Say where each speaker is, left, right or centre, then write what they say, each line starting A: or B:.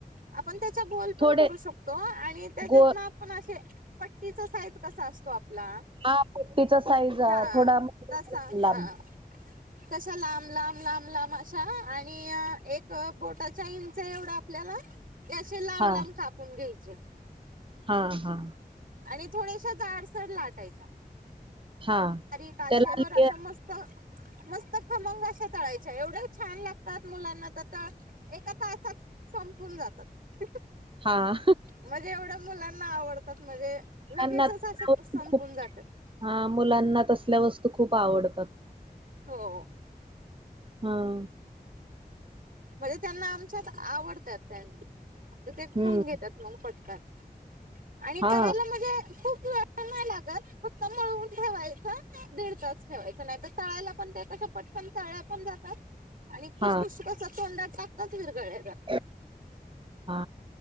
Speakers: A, on the right; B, on the right.
A: आपण त्याचा गोल पण
B: थोडे
A: करू शकतो आणि त्याच्यात
B: गो
A: ना पण असे पट्टीचा साईज कसा असतो आपला,
B: हा पट्टीचा साईज
A: हा
B: थोडा
A: तसा. हा.
B: लांब
A: तशा लांब लांब लांब लांब अशा आणि एक बोटाच्या इं च एवढं आपल्याला ते असे लांब
B: हा
A: लांब कापून घ्यायचे.
B: हा हा.
A: आणि थोड्याशा जाडसर लाटायच्या.
B: हा
A: बारीक आचेवर
B: त्याला लेअर
A: आश्या मस्त मस्त खर खमंग अशा तळायच्या. एवढ्या छान लागतात मुलांना त. त एका तासात संपून जातात.
B: हा
A: म्हजे एवढं मुलांना आवडतात. म्हजे
B: त्यांना
A: लगेचच असं संपून
B: खूप
A: जातात.
B: हा मुलांना तसल्या वस्तू खूप आवडतात.
A: हो.
B: हं.
A: म्हजे त्यांना आमच्यात आवडतात त्यांन् त ते
B: हम्म
A: खाऊन घेत त्यात मं फटकन आणि
B: हा
A: करायला म्हजे खूप वे पन नाय लागत. फक्त मळून ठेवायचं, दीड तास ठेवायच. नाहीतर तळायला पण ते क पटकन तळल्या पण जातात आणि खुसखुशीत
B: हा
A: अस तोंडात टाकताच विरगळल्या जातात.
B: हा,